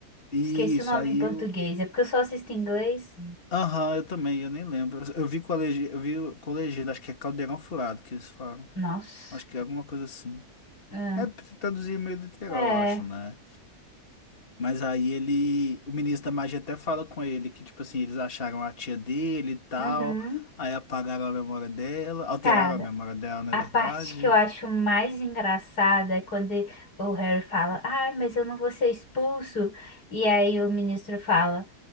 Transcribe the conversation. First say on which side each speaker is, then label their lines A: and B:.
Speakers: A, on the left (about 35°); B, on the left (about 80°).
A: Isso,
B: Esqueci o nome
A: aí
B: em português.
A: eu.
B: É porque eu só assisto em inglês.
A: Aham, eu também, eu nem lembro. Eu vi com a legenda, eu vi com a legenda, acho que é Caldeirão Furado que eles falam.
B: Nossa.
A: Acho que é alguma coisa assim.
B: É.
A: É, traduzir meio literal,
B: É.
A: eu acho, né? Mas aí ele, o ministro da magia até fala com ele que, tipo assim, eles acharam a tia dele e tal,
B: Uhum.
A: aí apagaram a memória dela, alteraram
B: Cara,
A: a memória dela, na
B: a
A: verdade.
B: parte que eu acho mais engraçada é quando ele- o Harry fala: Ai, mas eu não vou ser expulso. E aí o ministro fala.